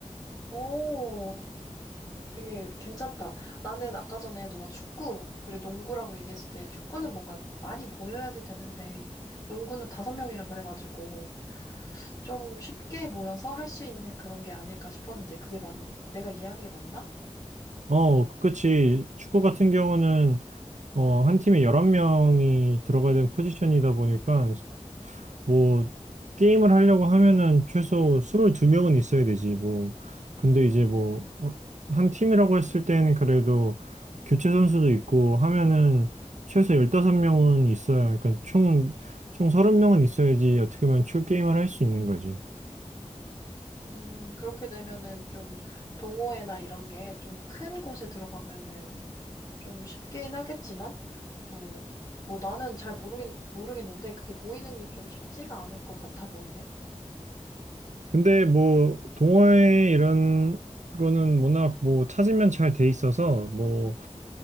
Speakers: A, on the left; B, on the right.
A: 오, 되게 괜찮다. 나는 아까 전에 너가 축구, 그리고 농구라고 얘기했을 때 축구는 뭔가 많이 모여야지 되는데, 농구는 다섯 명이라 그래가지고, 좀 쉽게 모여서 할 수 있는 그런 게 아닐까 싶었는데, 그게 맞, 내가 이해한 게 맞나?
B: 어, 그치. 축구 같은 경우는 어, 한 팀에 11명이 들어가야 되는 포지션이다 보니까 뭐 게임을 하려고 하면은 최소 22명은 있어야 되지 뭐 근데 이제 뭐 어, 한 팀이라고 했을 때는 그래도 교체 선수도 있고 하면은 최소 15명은 있어야 그러니까 총총 30명은 있어야지 어떻게 보면 출 게임을 할 수 있는 거지.
A: 음, 그렇게 되면은 좀 동호회나 이런 게 좀 큰 곳에 들어가면은 좀 쉽긴 하겠지만, 뭐, 뭐 나는 잘 모르겠, 모르겠는데, 그게 모이는 게 좀 쉽지가 않을 것 같아 보이네.
B: 근데 뭐 동호회 이런 거는 워낙 뭐 찾으면 잘 돼 있어서 뭐